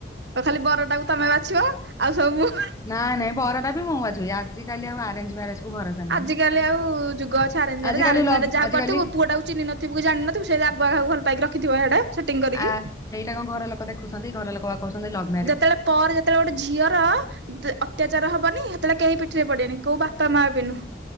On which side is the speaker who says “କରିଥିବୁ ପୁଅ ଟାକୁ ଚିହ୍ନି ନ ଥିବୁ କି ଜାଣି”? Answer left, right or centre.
Right